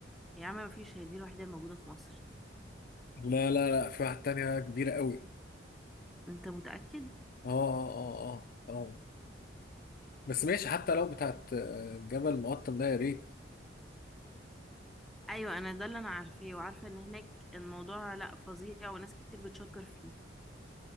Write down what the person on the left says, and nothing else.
لا لا لا في واحد تانية بقى كبيرة قوي
اه اه اه اه اه بس ماشي حتى لو بتاعت آه، جبل مقطم ده يا ريت